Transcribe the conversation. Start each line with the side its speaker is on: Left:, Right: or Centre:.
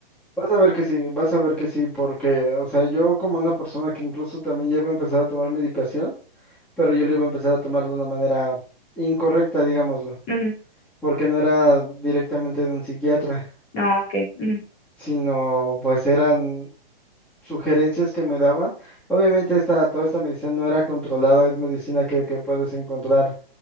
Centre: Vas a ver que sí, vas a ver que sí, porque, o sea, yo como una persona que incluso también llevo a empezar a tomar medicación, pero yo lo iba a empezar a tomar de una manera incorrecta, digámoslo,
Left: Ujú,
Centre: porque no era directamente de un psiquiatra,
Left: No, ok, ujú,
Centre: sino pues eran sugerencias que me daban. Obviamente esta, toda esta medicina no era controlada, es medicina que, que puedes encontrar